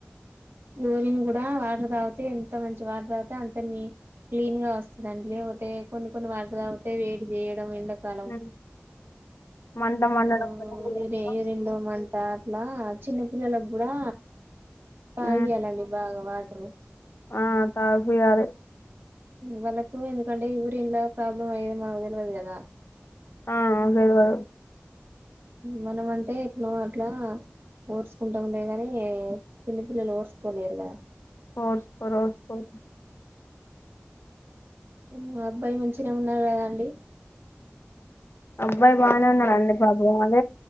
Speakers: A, on the right; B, on the left.
A: యూరిన్ కూడా వాటర్ తాగితే ఎంత మంచి వాటర్ తాగితే అంత నీ క్లీన్ గా వస్తుందండి లేకపోతే కొన్ని కొన్ని వాటర్ తాగితే వేడి చేయడం ఎండ కు
B: ఉమ్. మంట మండడం
A: ాలరి
B: వల్ల ఏమైనా,
A: యూరిన్ లొ మంట ట్లా చిన్న పిల్లలకు కూడా తాగియ్యాలండి
B: ఉమ్
A: బాగా వాట్ ట్రు
B: ఆ తాగుపియ్యాలె
A: వాళ్ళకు ఎందుకంటే యూరిన్ ల ప్రాబ్లం అయ్యేది మనకు తెల్వదు కదా
B: ఆ అదే కద
A: మనం అంటే ఇట్లొ అట్లా ఓర్చుకుంటములే గాని చిన్న పిల్లలు ఓర్చకోలేరు గదా
B: ఫర్స్ పరస్ పర్ <unintelligible>
A: ఉ అబ్బాయి మంచిగనే ఉన్నారు కదా అండి
B: అబ్బాయి బాగానే ఉన్నాాడండి పాపం అద